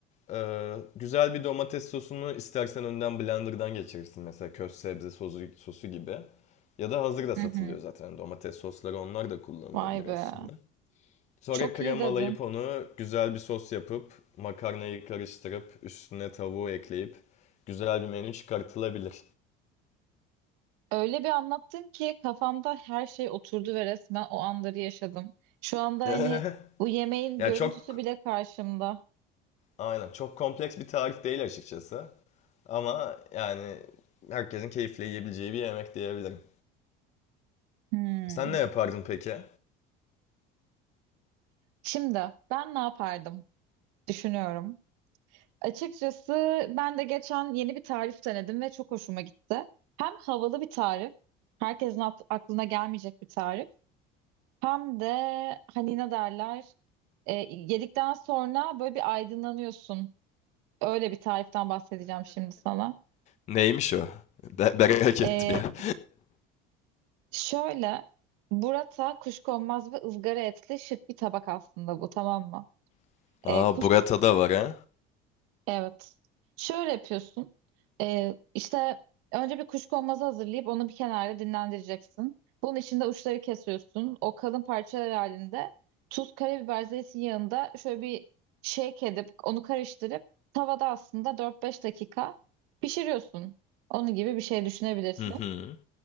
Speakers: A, on the left (about 35°); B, on the right (about 80°).
A: e, güzel bir domates sosunu istersen önden blenderdan geçirirsin mesela köz sebze sosu, sosu gibi. Ya da hazır da
B: Hı
A: satılıyor
B: hı.
A: zaten domates sosları onlar da kullanılabilir
B: Vay be.
A: aslında. Sonra
B: Çok
A: kremalayıp
B: iyi dedin.
A: onu güzel bir sos yapıp makarnayı karıştırıp üstüne tavuğu ekleyip güzel bir menü çıkartılabilir.
B: Öyle bir anlattın ki kafamda her şey oturdu ve resmen o anları yaşadım. Şu anda hani
A: <laughs>
B: bu yemeğin
A: Yani
B: görüntüsü
A: çok
B: bile karşımda.
A: aynen çok kompleks bir tarif değil açıkçası. Ama yani herkesin keyifle yiyebileceği bir yemek diyebilirim.
B: Hmm.
A: Sen ne yapardın peki?
B: Şimdi ben ne yapardım? Düşünüyorum. Açıkçası ben de geçen yeni bir tarif denedim ve çok hoşuma gitti. Hem havalı bir tarif, herkesin at- aklına gelmeyecek bir tarif. Hem de hani ne derler e, yedikten sonra böyle bir aydınlanıyorsun. Öyle bir tariften bahsedeceğim şimdi sana.
A: Neymiş o? Be merak
B: E,
A: ettim ya.
B: şöyle burrata kuşkonmaz ve ızgara etli şık bir tabak aslında bu tamam mı?
A: <laughs>
B: E,
A: Aa Burata da var ha.
B: Evet. Şöyle yapıyorsun. Ee, işte önce bir kuşkonmazı hazırlayıp onu bir kenarda dinlendireceksin. Bunun içinde uçları kesiyorsun. O kalın parçalar halinde tuz, karabiber, zeytin yağında şöyle bir shake edip onu karıştırıp tavada aslında dört beş dakika pişiriyorsun. Onun gibi bir şey düşünebilirsin.
A: Hı hı.